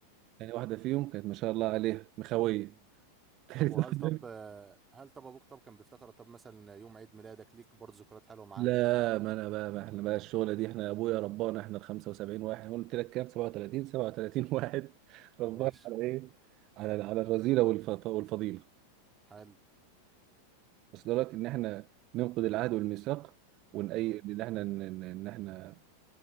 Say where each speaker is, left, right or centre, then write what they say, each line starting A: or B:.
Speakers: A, on the right; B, on the right.
A: يعني واحده فيهم كانت ما شاء الله عليها مخويه
B: امم
A: <laughs> تالت
B: طب وهل
A: واحده
B: طب آه، هل طب ابوك طب كان بيفتكر طب مثلا يوم عيد ميلادك ليك برضه ذكريات حلوه معاه
A: لا ما انا بقى ما احنا بقى الشغله دي احنا ابويا ربانا احنا ال 75 واحد قلت لك كام 37 37 واحد <laughs> ربانا
B: ماشي
A: على ايه على على الرذيله والف... والفضيله
B: حلو
A: وصل لك ان احنا ننقض العهد والميثاق وان مم. اي
B: امم
A: ان احنا ان إن إن احنا